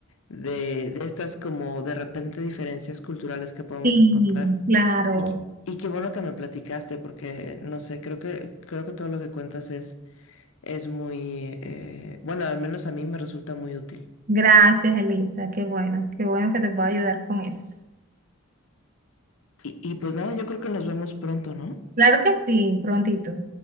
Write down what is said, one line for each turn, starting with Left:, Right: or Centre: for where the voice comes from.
Left: de, de estas como de repente diferencias culturales que podemos
Right: sí,
Left: encontrar.
Right: claro.
Left: Y, qu- y qué bueno que me platicaste porque, no sé, creo que, creo que todo lo que cuentas es, es muy, eh, bueno, al menos a mí me resulta muy útil.
Right: Gracias, Elisa. Qué bueno, qué bueno que te puedo ayudar con eso.
Left: Y, y pues nada, yo creo que nos vemos pronto, ¿no?
Right: Claro que sí, prontito.